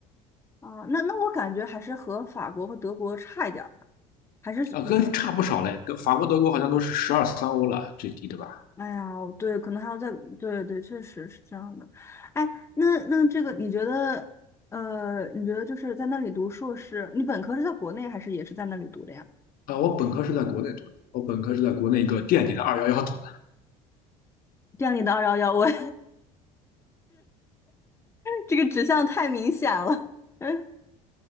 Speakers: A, on the left; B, on the left.
A: 啊，那那我感觉还是和法国和德国差一点儿的，还是比
B: 啊、跟差不少嘞，
A: <sniffs>
B: 跟法国、德国好像都是十二三欧了，最低对吧？
A: 哎呀，我对，可能还要再，对对，确实是这样的。哎，那那这个你觉得，呃，你觉得就是在那里读硕士，你本科是在国内还是也是在那里读的呀？
B: 啊、我本科是在国内读的，我本科是在国内一个垫底的二幺幺读的
A: 这样你的二幺幺，我 <laughs> 这个指向太明显了。<laughs> 嗯。